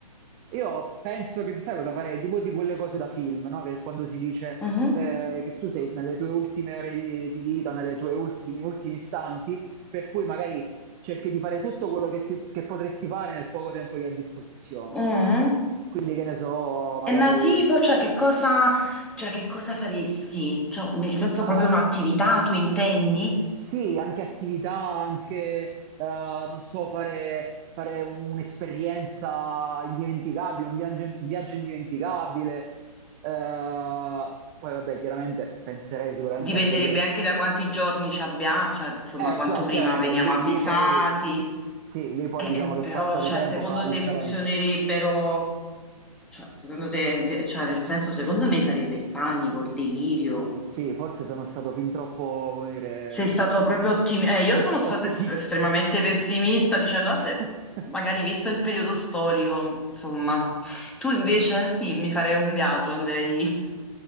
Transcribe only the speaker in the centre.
Mhm.
Mm?
E ma tipo, cioè che cosa, cioè, che cosa faresti? Cioè, nel senso
proprio un'attività, tu intendi?
Dipenderebbe
anche da quanti giorni ci abbiamo, cioè insomma
quanto
prima veniamo
avvisati.
Eh,
eh,
però,
cioè,
secondo
te funzionerebbero, cioè, secondo te, cioè, nel senso, secondo me sarebbe il panico, il delirio.
Sei stato proprio ottimista. Eh, io
sono stata
es- estremamente pessimista dicendo,
vabbè, magari visto il periodo storico, insomma. Tu invece sì, mi farei un viaggio, andrei,